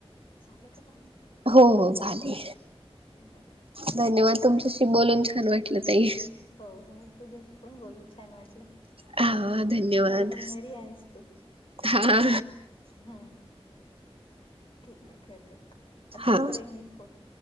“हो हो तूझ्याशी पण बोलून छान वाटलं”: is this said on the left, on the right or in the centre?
Left